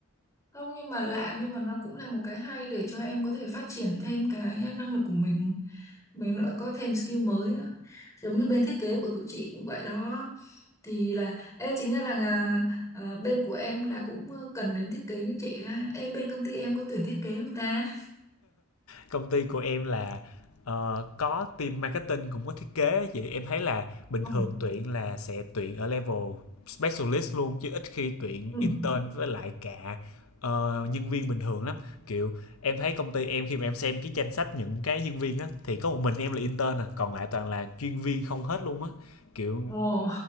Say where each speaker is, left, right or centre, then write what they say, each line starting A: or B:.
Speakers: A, on the left; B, on the left.
A: Không, nhưng mà lạ, nhưng mà nó cũng là một cái hay để cho em có thể phát triển thêm cái năng lực của mình. Mình lại có thêm skill mới á. Giống như bên thiết kế của tụi chị cũng vậy đó. Thì là, ê, chính ra là à, à, bên của em là cũng ờ, cần đến thiết kế như chị ra. Ê, bên công ty em có tuyển thiết kế không ta?
B: công ty của em là ờ, có team marketing cũng có thiết kế vậy em thấy là bình
A: Ừ.
B: thường tuyển là sẽ tuyển ở level specialist luôn chứ ít khi tuyển
A: Ừ.
B: intern với lại cả ờ, nhân viên bình thường lắm kiểu em thấy công ty em khi mà em xem cái danh sách những cái nhân viên á thì có một mình em là intern à còn lại toàn là chuyên viên không hết luôn á kiểu
A: Ồ,